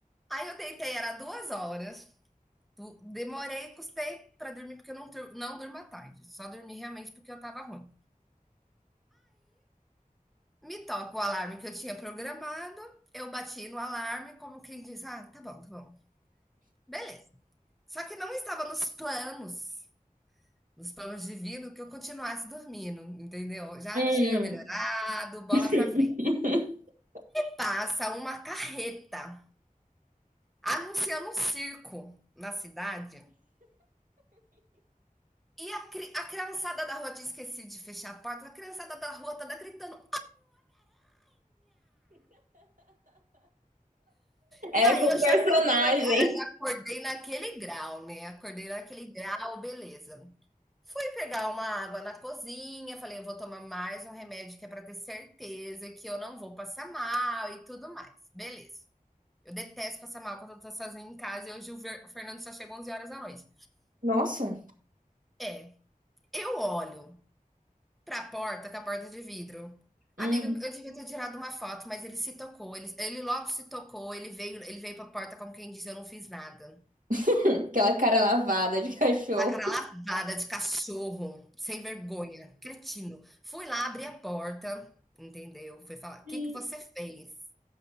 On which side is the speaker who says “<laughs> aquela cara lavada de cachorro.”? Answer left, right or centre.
Right